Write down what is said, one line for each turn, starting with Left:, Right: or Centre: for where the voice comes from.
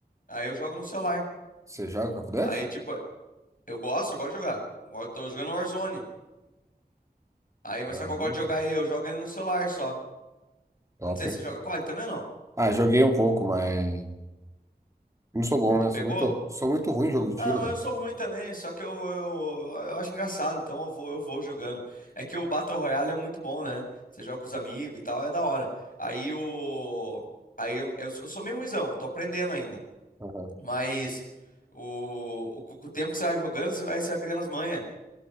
Left: Aí eu jogo no celular.
Right: Você joga Call of Duty?
Left: Aí, tipo, eu gosto, eu gosto de jogar. Agora eu tô jogando Warzone. Aí, mas
Right: Caramba,
Left: só que eu gosto de jogar ele, eu jogo ele no celular só.
Right: top.
Left: Eu não sei se você joga COD também ou não.
Right: Ah, joguei um pouco, mas. Não sou bom,
Left: Não
Right: né?
Left: pegou?
Right: Sou muito, sou muito ruim em jogo de
Left: Ah,
Right: tiro,
Left: mas
Right: velho.
Left: eu sou ruim também, só que eu, eu, eu acho engraçado, então eu vou, eu vou jogando. É que o Battle Royale é muito bom, né? Você joga com os amigos e tal, é da hora. Aí o. Aí eu, eu sou eu sou meio ruinzão, eu tô aprendendo ainda.
Right: Aham,
Left: Mas o, o, com o tempo que você vai jogando, você vai, você vai pegando as manhas.